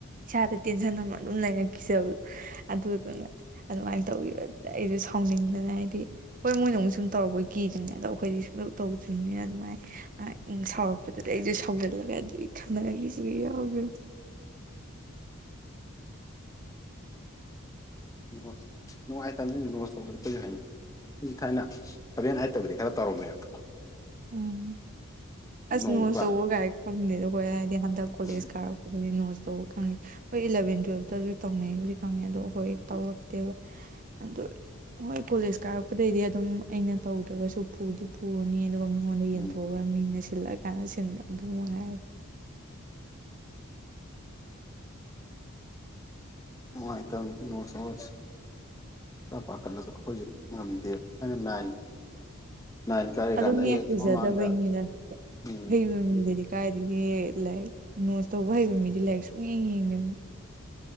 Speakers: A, on the right; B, on the left.
A: ꯏꯁꯥꯗ ꯇꯦꯟꯁꯟ ꯑꯃ ꯑꯗꯨꯝ ꯂꯩꯔꯛꯈꯤꯁꯕ ꯑꯗꯨꯗꯨꯅ ꯑꯗꯨꯃꯥꯏꯅ ꯇꯧꯤ ꯑꯩꯁꯨ ꯁꯥꯎꯅꯤꯡꯗꯅ ꯍꯥꯏꯗꯤ ꯍꯣꯏ ꯃꯣꯏꯅ ꯑꯃꯨꯛ ꯁꯨꯝ ꯇꯧꯔꯛꯄꯩ ꯀꯤꯗꯨꯅꯦ ꯑꯗꯣ ꯑꯩꯈꯣꯏꯗꯤ ꯁꯨꯡ ꯇꯧꯗ꯭ꯔꯤꯅꯤꯅ ꯑꯗꯨꯃꯥꯏꯅ ꯁꯥꯎꯔꯛꯄꯗꯨꯗꯤ ꯑꯩꯁꯨ ꯁꯥꯎꯒꯜꯂꯒ ꯑꯗꯨ ꯈꯅꯒꯤꯁꯨ ꯌꯥꯎꯒ <unintelligible>
B: ꯅꯦ ꯅꯨꯡꯉꯥꯏ ꯇꯥꯃꯤ ꯅꯃ ꯍꯥꯏ ꯍꯧ ꯊꯥꯏꯅ ꯁꯚꯦꯟ ꯑꯥꯏꯠꯇꯕꯨꯗꯤ ꯈꯔ ꯇꯧꯔꯝꯃꯦꯕꯀꯣ
A: <unintelligible> ꯎꯝ ꯑꯁ
B: ꯅꯣꯡꯃ
A: ꯅꯣꯁ
B: ꯀ꯭ꯂꯥꯁ
A: ꯇꯧꯕ ꯥꯏ ꯐꯪꯗꯦꯗ ꯑꯩꯈꯣꯏ ꯍꯥꯏꯗꯤ ꯍꯟꯗꯛ ꯀꯣꯂꯦꯖ
B: ꯎꯝ
A: ꯀꯥꯔꯛ ꯑꯗꯨ ꯅꯣꯁ ꯇꯧꯕ ꯈꯪꯉꯦ ꯍꯣꯏ ꯏꯂꯚꯦꯟ ꯇꯨꯋꯦꯜꯕꯇ ꯍꯧꯖꯤꯛ ꯇꯧꯅꯩꯕꯨꯗꯤ ꯈꯪꯉꯦ ꯑꯗꯣ ꯑꯩꯈꯣꯏ ꯇꯧꯔꯛꯇꯦꯕ ꯑ ꯍꯣꯏ ꯀꯣꯂꯦꯖ ꯀꯥꯔꯛꯄꯗꯩꯗꯤ ꯑꯗꯨꯝ ꯑꯩꯅ ꯇꯧꯗ꯭ꯔꯒꯁꯨꯗꯤ ꯄꯨꯔꯅꯤ ꯑꯗꯨꯒ ꯑꯩꯉꯣꯟꯗ
B: ꯎꯝ
A: ꯌꯦꯟꯊꯣꯛꯑꯒ ꯃꯤꯅ ꯁꯤꯜꯂꯛꯑ ꯀꯥꯟꯗ ꯁꯤꯟꯕ ꯑꯗꯨ ꯃꯉꯥꯏꯔꯦ
B: ꯅꯨꯡꯉꯥꯏꯇꯝꯅꯤ ꯅꯣꯠꯁ ꯑꯣꯠꯁ ꯇ ꯄꯥꯈꯠꯂꯒ ꯑꯩꯈꯣꯏꯁꯨ ꯉꯝꯗꯦ ꯊꯥꯏꯅ ꯅꯥꯏꯟ ꯅꯥꯏꯟ ꯀꯥꯔꯤꯀꯥꯟꯗ
A: ꯑꯗꯨ ꯃꯤ
B: ꯑꯦꯛ
A: ꯍꯩꯖꯗꯕꯩꯅꯤꯗ
B: ꯃꯃꯥꯡꯗ ꯎꯝ
A: ꯍꯩꯕ ꯃꯤꯗꯗꯤ ꯀꯥꯏꯗꯒꯤ ꯂꯥꯏꯔꯤꯛ ꯅꯣꯠꯁ ꯇꯧꯕ ꯍꯩꯕ ꯃꯤꯗꯤ ꯂꯥꯏꯔꯤꯛ ꯁꯨꯡ ꯌꯦꯡ ꯌꯦꯡꯗꯕ